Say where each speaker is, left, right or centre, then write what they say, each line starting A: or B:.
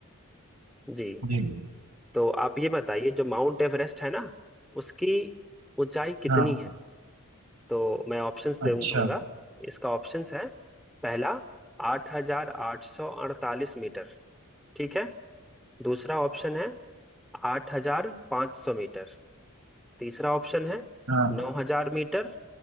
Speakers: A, in the centre; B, on the right.
A: जी
B: जी
A: तो आप ये बताइए जो माउंट एवरेस्ट है ना उसकी ऊंचाई कितनी
B: हाँ
A: है तो मैं ऑप्शंस दे
B: अच्छा
A: दूंगा इसका ऑप्शंस है पहला आठ हजार आठ सौ अड़तालीस मीटर ठीक है दूसरा ऑप्शन है आठ हजार पाँच सौ मीटर तीसरा ऑप्शन है
B: हाँ
A: नौ हजार मीटर